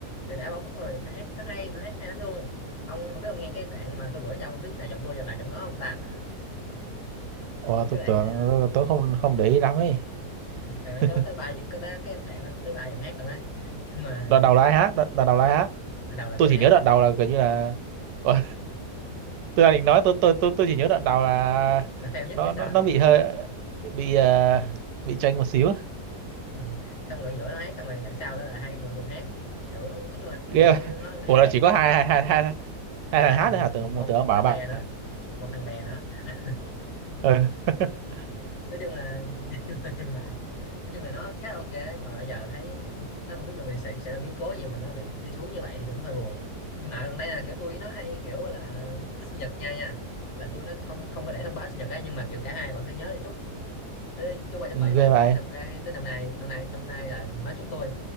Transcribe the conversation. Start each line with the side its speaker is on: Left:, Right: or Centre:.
Left: từ đá bóng rồi nó hát rất hay nó hát hay lắm luôn ông không biết ông nghe cái đoạn mà tôi gửi cho ông ông biết nào giọng tôi giọng nào giọng nó không ta <laughs>
Right: Ủa,
Left: cái
Right: tôi
Left: đoạn
Right: tưởng
Left: ờ,
Right: tôi tôi không không để ý lắm ấy
Left: Thì nó
Right: <laughs>
Left: có cái ba cái đó cái đoạn nó tới ba giọng hát còn ấy <laughs> nhưng mà
Right: đoạn đầu là ai hát đoạn, đoạn đầu là ai hát
Left: ban đầu là
Right: tôi
Left: tôi
Right: chỉ
Left: hát
Right: nhớ đoạn
Left: đoạn
Right: đầu là gần như là Ủa. tôi đang định nói tôi tôi tôi tôi chỉ nhớ đoạn đầu là
Left: là fail nhất
Right: nó
Left: hay sao
Right: nó nó bị hơi bị ờ,
Left: ừ.
Right: bị chênh một xíu
Left: Ừ. xong đoạn giữa nó hát xong rồi đoạn sau đó là hai người cùng hát kiểu nói chung là đoạn
Right: ghê vậy.
Left: nó hát
Right: ủa là
Left: hát
Right: chỉ có
Left: hát,
Right: hai
Left: hát.
Right: hai hai hai hai
Left: ba
Right: thằng
Left: ba thằng
Right: hát thôi
Left: một
Right: hả tưởng một tưởng
Left: một
Right: ông
Left: một
Right: bảo
Left: thằng
Right: bạn
Left: bè nữa một thằng bè nữa <laughs>
Right: ừ. <laughs>
Left: nói chung là <laughs> hiện nói chung là nó khá là ok nhưng mà bây giờ thấy nó không biết là mình sẽ sẽ ra biến cố gì mà nó bị đi xuống như vậy thì cũng hơi buồn nhưng mà gần đây là kiểu tôi nó hay kiểu là cái sinh nhật nhau nha là tôi nó kiểu không không có để thông báo sinh nhật ấy nhưng mà kiểu cả hai bạn phải nhớ để chúc cái chúc qua chúc
Right: ừ
Left: lại chúc
Right: ghê
Left: qua chúc
Right: vậy
Left: lại xong cái tới năm nay năm nay năm nay là nó chúc tôi